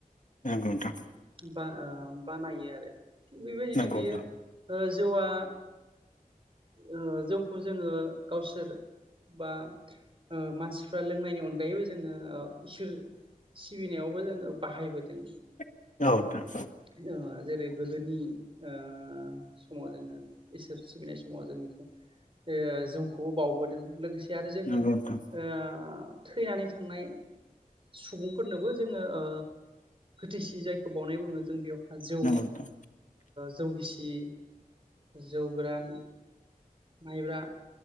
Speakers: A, on the left; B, on the right.
A: नोंगथां
B: बा ओ बानायो आरो। थिग बेबायदिनो
A: नंगौ
B: बेयो
A: नोंथां नंगौ नोंथां
B: ओज जौआ ओ जौखौ जोङो गावसोर बा ओ मानसिफ्रा लोंनायनि अनगायैबो जोङो ओ इसोर सिबिनायावबो जोङो बाहायबोदों।
A: औ नोंथां।
B: ओ जेरै गोदोनि ओ समाव जोङो इसोर सिबिनाय समाव जों बेखौ ओ जौखौबो बावबोदों लोगोसे आरो जोङो
A: नंगौ
B: ओ
A: नोंथां
B: थैनानै थांनाय सुबुंफोरनोबो जोङो ओ इसि जायखौ बावनाय बुङो जों बेयाव जौ ओ
A: नंगौ नोंथां
B: जौ गिसि जौ गोरान माइब्रा